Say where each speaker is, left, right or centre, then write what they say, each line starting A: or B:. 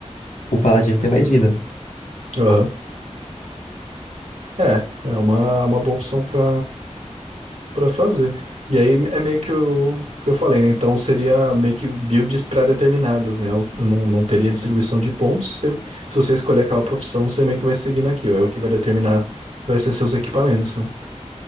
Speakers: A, on the left (about 80°); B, on the right (about 70°).
A: o paladino tem mais vida.
B: Aham. É, é uma, uma boa opção pra Pra fazer. E aí é meio que o que eu falei, né? Então seria meio que builds pré-determinadas, né? Eu, eu não, não teria distribuição de pontos. Se, se você escolher aquela profissão, você meio que vai seguindo aquilo. É o que vai determinar, vai ser seus equipamentos, né?